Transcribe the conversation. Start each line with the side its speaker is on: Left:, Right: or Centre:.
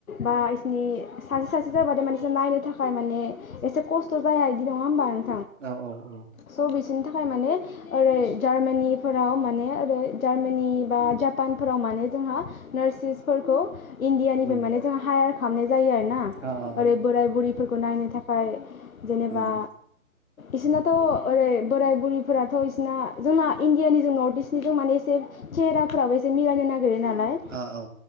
Left: बा इसिनि सासे सासे जाबाथाय माने नायनो थाखाय माने एसे खस्थ' जाया बिदि नङा होमबा न
Right: औ औ औ।
Left: स' बिसोरनि थाखाय माने ओरै जार्मानिफोराव माने ओरै जार्मानि बा जापानफोराव माने जोंहा नार्सिसफोरखौ इण्डियानिफ्राय
Right: उम
Left: माने जोहा हायार थान जायो आरोना
Right: अ अ अ
Left: ओरै बोराय बुरिफोरखौ नायनो थाखाय जेनेबा
Right: उम
Left: इसे लाथ थ' ओरै बोराइ बुरिफोराथ' इसिना जोंना इण्डियानि जों नर्थ इस्टनि जों माने एसे चेहेराफोराबो एसे मिलायनो नागिर गिरो नालाय
Right: अ औ